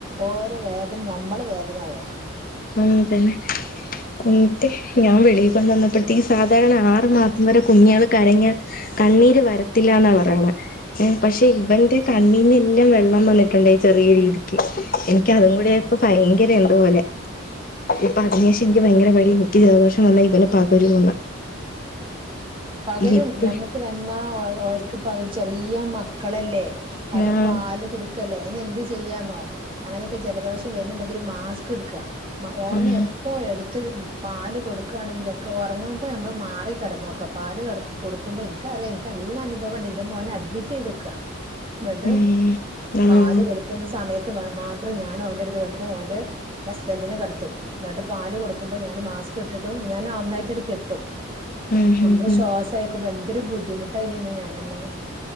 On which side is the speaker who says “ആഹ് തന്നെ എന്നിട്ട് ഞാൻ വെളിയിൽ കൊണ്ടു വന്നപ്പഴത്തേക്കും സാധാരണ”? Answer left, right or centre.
Left